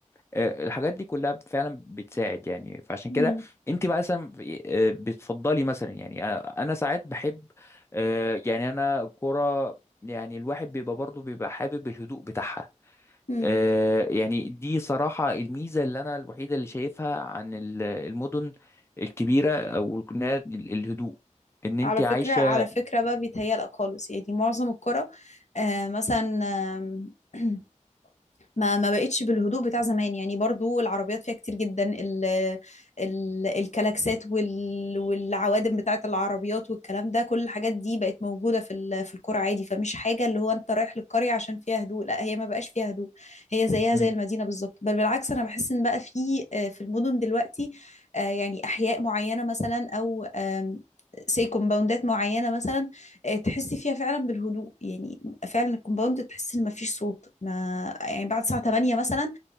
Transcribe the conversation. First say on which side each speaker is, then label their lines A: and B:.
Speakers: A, on the left; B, on the left.
A: آه، الحاجات دي كلها فعلا بتساعد يعني فعشان
B: مم.
A: كده انت مثلا في- آه، بتفضلي مثلا يعني آه، انا ساعات بحب آه، يعني انا كرة يعني الواحد بيبقى برضه بيبقى حابب الهدوء بتاعها
B: مم.
A: آه، يعني دي صراحة الميزة اللي انا الوحيدة اللي شايفها عن ال- المدن الكبيرة او النا- الهدوء ان انت
B: على
A: عايشة
B: فكرة على فكرة بقى بيتهيألك خالص يعني معظم الكرة آه مثلا آم، <clears throat> ما ما بقتش بالهدوء بتاع زمان يعني برضو العربيات فيها كتير جدا ال ال الكلاكسات وال والعوادم بتاعت العربيات والكلام ده كل الحاجات دي بقت موجودة في ال- في القرى عادي فمش حاجة اللي هو انت رايح للقرية عشان فيها هدوء لا هي ما بقاش فيها هدوء هي زيها
A: مم.
B: زي المدينة بالظبط بل بالعكس انا بحس ان بقى في آه، في المدن دلوقتي آه، يعني احياء معينة مثلا او آم، سي كومباوندات معينة مثلا آه، تحسي فيها فعلا بالهدوء يعني فعلا الكومباوند تحس ان مفيش صوت ما يعني بعد الساعة 8 مثلا